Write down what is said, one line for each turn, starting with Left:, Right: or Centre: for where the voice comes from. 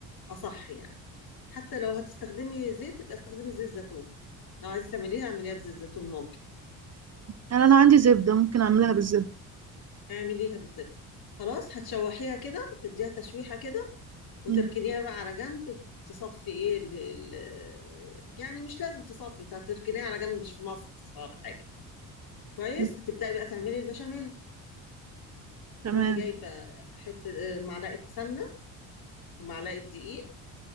Left: اصح يعني حتى لو هتستخدمي زيت يبقى استخدمي زيت زيتون لو عايزه تعمليها اعمليها بزيت زيتون ممكن
Right: يعني أنا عندي زبدة ممكن أعملها بالزبدة
Left: اعمليها بالزبده خلاص هتشوحيها كده تديها تشويحه كده وتركنيها
Right: مم.
Left: بقى على جنب تصفي ايه ال ال يعني مش لازم تصفي هتركنيها على جنب مش في مصر ولا حاجه كويس
Right: مم.
Left: هتبداي بقى تعملي البشاميل
Right: تمام
Left: تروحي جايبه حته آه، معلقه سمنه ومعلقه دقيق